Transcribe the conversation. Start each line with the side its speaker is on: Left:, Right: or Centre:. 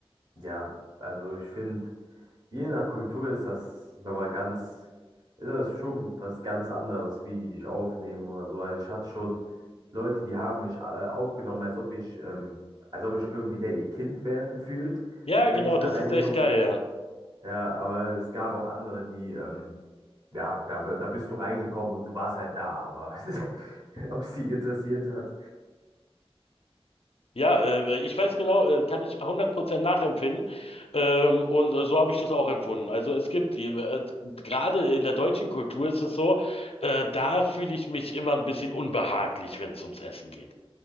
Right: Ja, also ich finde, je nach Kultur ist das nochmal ganz, ist das schon was ganz anderes, wie die dich aufnehmen oder so. Also ich hatte schon Leute, die haben mich äh, aufgenommen, als ob ich, ähm, als ob ich irgendwie der ihr Kind wäre, gefühlt,
Left: Ja, genau,
Right: wenn ich da
Left: das
Right: reingekommen
Left: ist echt geil,
Right: bin.
Left: ja.
Right: Ja, aber es gab auch andere, die ähm, Ja, da, da bist du reingekommen und du warst halt da, aber <laughs> ob sie interessiert hat.
Left: Ja, äh, ich weiß genau, äh, kann ich hundert Prozent nachempfinden. Ähm, und äh, so habe ich das auch empfunden. Also es gibt, äh, gerade in der deutschen Kultur ist es so, äh, da fühle ich mich immer ein bisschen unbehaglich, wenn es ums Essen geht.